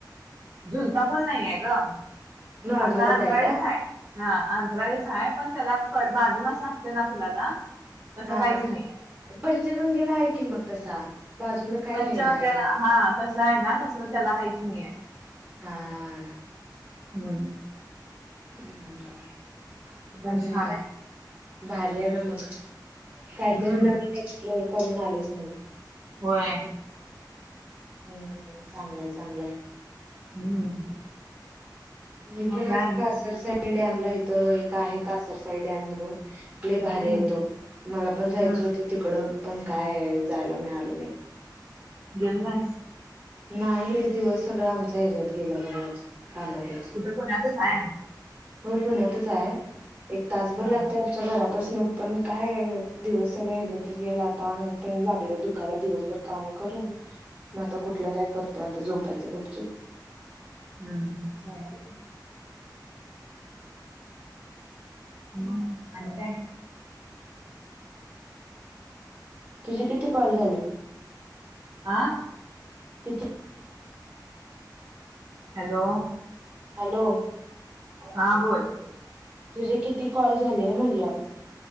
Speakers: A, on the right; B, on the right.
A: झुलता पूल नाहीये गं
B: नॉर्मलच
A: असा अंतराळीचं
B: आहे का
A: हायं. हा अंतराळीच हायं पण त्याला कड बाजूनच असं असतयं ना फुलाला. तसं
B: हा
A: काहीच
B: हां
A: नाहीये
B: पुढच्या रुंदीला हायं की मग तसा बाजुला काय
A: पंचगंगेला
B: नाही हायं की
A: हा तसं आहे ना तसलं त्याला काहीच नाहीय.
B: हां.
A: हम्म
B: हम्म
A: ते पण
B: अजून
A: छान
B: काय
A: आहे
B: भारी आहे ना मग काहीतरी
A: हम्म
B: नवीन एक्सप्लोर करून आलीस मग.
A: होय
B: हम्म चांगलंय चांगलंय
A: हम्म
B: मी
A: मग
B: पण
A: काय
B: <unintelligible>
A: आणि
B: कासरसाई डॅमला इथं एक आहे कासरसाई डॅम म्हणून लय भारी
A: हम्म
B: आहे तो मला पण जायचं
A: हम्म
B: होतं तिकडं पण काय जायला मिळालं नाही.
A: गेली नाहीस?
B: नाही दिवस सगळां आमचा ह्याच्यात गेला बघ आज कामातच.
A: कुठे पुण्यातच आहे?
B: होय पुण्यातच आहे एक तासभर
A: हा
B: लागतय च्या घरापासन पण काय दिवस सगळे ह्याच्यात गेला आता आणि लागले दुखाला दिवसभर. काम करून.
A: <inaudible>
B: मग आता कुठलं काय करत आता झोपायचं गुपचूप.
A: हम्म चालतंय की. हम् आणि काय?
B: तुझे किती कॉल झाले?
A: आ
B: किती
A: हॅलो
B: हॅलो
A: हां बोल
B: तुझे किती कॉल झाले म्हणलं?